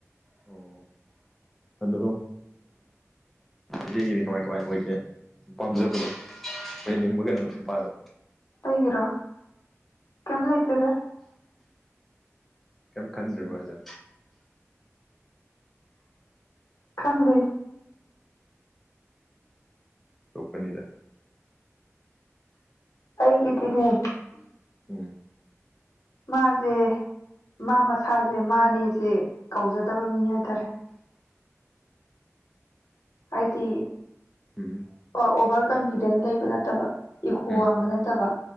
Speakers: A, in the centre; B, on the left.
A: ꯑꯣ ꯑꯗꯣ ꯢꯆꯦꯒꯤꯗꯤ ꯀꯃꯥꯏ ꯀꯃꯥꯏ ꯑꯣꯏꯒꯦ ꯄꯥꯝꯖꯕꯗꯣ ꯑꯣꯢꯍꯟ ꯅꯤꯡꯕ ꯀꯩꯅꯣ ꯅꯨꯄꯥꯗꯣ
B: ꯑꯩꯒꯤꯔꯣ ꯀꯩꯝ ꯂꯩꯇꯦꯗ
A: ꯀꯩꯝ ꯈꯟꯗ꯭ꯔꯤꯕꯣ ꯍꯥꯢꯁꯦ
B: ꯈꯟꯗꯦ
A: ꯑꯣꯟꯇꯣꯛꯄꯅꯤꯗ
B: ꯑꯩꯒꯤꯗꯤꯅꯦ ꯎꯝ
A: ꯎꯝ
B: ꯃꯥꯁꯦ ꯃꯥ ꯃꯁꯥꯁꯦ ꯃꯥꯅꯦꯁꯦ ꯀꯥꯎꯖꯥꯗꯕ ꯃꯤ ꯍꯥꯏꯇꯥꯔꯦ ꯍꯥꯏꯗꯤ
A: ꯎꯝ
B: ꯑꯣꯚꯔ ꯀꯟꯐꯤꯗꯦꯟ ꯂꯩꯕ ꯅꯠꯇꯕ ꯏꯒꯣ
A: ꯎꯝ
B: ꯋꯥꯡꯕ ꯅꯠꯇꯕ